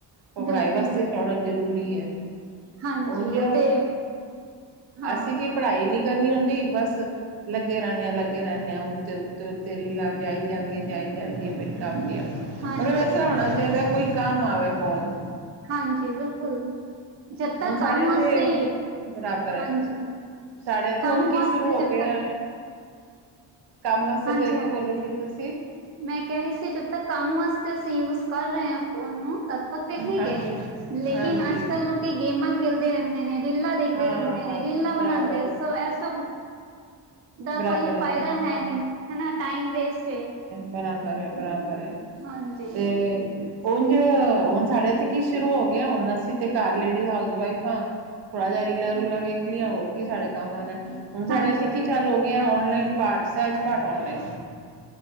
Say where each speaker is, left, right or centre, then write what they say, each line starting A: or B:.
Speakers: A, on the right (about 65°); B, on the right (about 35°).
A: ਪ-ਪੜ੍ਹਾਈ
B: ਬਿਲਕੁਲ
A: ਵਾਸਤੇ ਥੌੜਾ‌ ਜ਼ਰੂਰੀ ਐ,
B: ਹਾਂਜੀ
A: ਉਝ
B: ਉਹ ਤੇ ਹਾਂ
A: ਅਸੀਂ ਕੀ ਪੜ੍ਹਾਈ ਨੀ ਕਰਨੀ ਹੁੰਦੀ ਬੱਸ। ਲੱਗੇ ਰਹਿੰਣੇ ਆ, ਲੱਗੇ ਰਹਿੰਣੇ ਆਂ, ਉੱਤੇ, ਉੱਤੇ-ਉੱਤੇ, ਰੀਲਾਂ ਜਾਈ ਜਾਂਦੀਆਂ, ਜਾਈ ਜਾਂਦੀਆ ਬੈਕੰਮਦੀਆ
B: ਹਾਂਜੀ
A: ਮਤਲਬ ਇਸ ਤਰਾਂ ਹੋਣਾ ਚਾਹੀਦਾ ਕੋਈ ਕੰਮ ਆਵੇ ਫੋਨ।
B: ਹਾਂਜੀ, ਬਿਲਕੁਲ, ਜਦ ਤੱਕ
A: ਹੁਣ ਸਾਡੇ
B: ਕੰਮ
A: ਇੱਥੇ
B: ਵਾਸਤੇ,
A: ਬਰਾਬਰ ਹੈ
B: ਹਾਂਜੀ।
A: ਸਾਡੇ ਇੱਥੇ
B: ਕੰਮ
A: ਹੁਣ ਕੀ
B: ਹੱਸ
A: ਸ਼ੁਰੂ
B: ਤੇ'
A: ਹੋ
B: ' <unintelligible>
A: ਗਿਆ ਕੰਮ ਵਾਸਤੇ
B: ਹਾਂਜੀ
A: ਤੇ ਕੀ
B: ਹਾਂਜੀ
A: ਬੋਲੇ ਸੀ ਤੁਸੀਂ?
B: ਮੈਂ ਕਹਿ ਰਹੀ ਸੀ ਜਦ ਤੱਕ ਕੰਮ ਵਾਸਤੇ ਅਸੀਂ ਯੂਜ ਕਰ ਰਹੇ ਆ। ਉਹ ਨੂੰ, ਤੱਦ-ਤੱਕ ਤੇ ਠੀਕ
A: ਹਾਂਜੀ
B: ਐ, ਲੇਕਿਨ
A: ਹਾਂਜੀ
B: ਅੱਜ-ਕੱਲ੍ਹ ਗੇਮਾਂ ਖੇਡਦੇ ਰਹਿੰਦੇ ਨੇ, ਰੀਲਾਂ ਦੇਖਦੇ
A: ਹਾਂ
B: ਰਹਿੰਦੇ ਨੇ, ਰੀਲਾਂ ਬਣਾਦੇ,
A: ਬਰਾਬਰ ਹੈ
B: ਸੋ ਇਹ ਸਭ ਦਾ
A: ਬਰਾਬਰ
B: ਕੋਈ ਫਾਇਦਾ
A: ਹਾਂ
B: ਹੈ ਨੀ ਹਨਾ, ਟਾਈਮ ਵੇਸਟ ਏ।
A: ਬਰਾਦਾ ਰਹਿ, ਬਰਾਦਾ ਰਹਿ
B: ਹਾਂਜੀ
A: ਤੇ। ਉਝ ਹੁਣ ਸਾਡੇ ਤੇ ਕੀ ਸ਼ੁਰੂ ਹੋ ਗਿਆ। ਹੁਣ ਅਸੀਂ ਤੇ ਘਰ ਲੇਡੀਜ਼ ਹਾਊਸ ਵਈਫ ਆ। ਥੋੜਾ ਜਿਹਾ ਰੀਲਾ-ਰੂਲਾ ਵੇਖ ਲਿਆ ਹੋਰ ਕੀ ਸਾਡੇ ਕੰਮ ਆਣਾ। ਹੁਣ ਸਾਡੇ
B: ਹਾਂਜੀ
A: ਇੱਥੇ ਕੀ ਚੱਲੋ ਹੋ ਗਿਆ। ਔਨਲਾਈਨ ਪਾਠ ਸਹਿਜ ਪਾਠ ਔਨਲਾਈਨ।